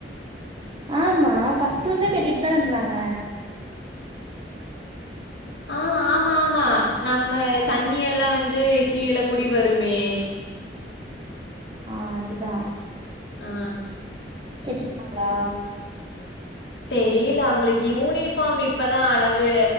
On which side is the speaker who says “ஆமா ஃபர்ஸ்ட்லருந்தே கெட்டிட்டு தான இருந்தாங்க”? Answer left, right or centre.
Right